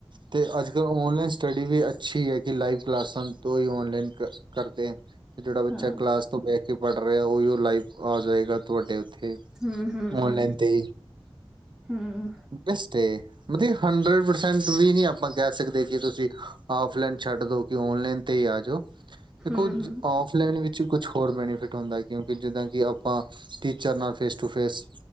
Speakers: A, on the right; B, in the centre.
A: ਤੇ ਅੱਜ-ਕੱਲ੍ਹ ਔਨਲਾਈਨ ਸਟੱਡੀ ਵੀ ਅੱਛੀ ਐ ਕਿ ਲਾਈਵ ਕਲਾਸਾਂ ਤੋਂ ਹੀ ਔਨਲਾਈਨ ਕਰਦੇ ਐ। ਤੇ ਜਿਹੜਾ ਬੱਚਾ
B: ਹਾਂ
A: ਕਲਾਸ ਤੋਂ ਬਹਿਠ ਕੇ ਪੜ੍ਹ ਰਿਹਾ ਉਹੀ ਉਹ ਲਾਈਵ ਆ ਜਾਵੇਗਾ ਤੁਹਾਡੇ ਉੱਥੇ
B: ਹੂੰ ਹੂੰ
A: ਔਨਲਾਈਨ
B: ਹੂੰ
A: ਤੇ
B: ਹੂੰ
A: ਬੈਸਟ ਏ ਮਤਲਬ ਹੰਡਰਡ ਪਰਸੈਂਟ ਵੀ ਨਈ ਆਪਾਂ ਕਹਿ ਸਕਦੇ ਕਿ ਤੁਸੀਂ ਆਫਲਾਈਨ ਛੱਡ ਦੋ ਕਿ ਓਨਲਾਈਨ ਤੇ ਹੀ ਆ ਜਾਓ, ਦੇਖੋ
B: ਹੂੰ ਹੂੰ
A: ਔਫਲਾਈਨ ਵਿੱਚ ਕੁਛ ਹੋਰ ਬੈਨੀਫਿਟ ਹੁੰਦਾ ਕਿਉਂਕਿ ਜਿੱਦਾਂ ਕਿ ਆਪਾਂ ਟੀਚਰ ਨਾਲ ਫੇਸ ਟੂ ਫੇਸ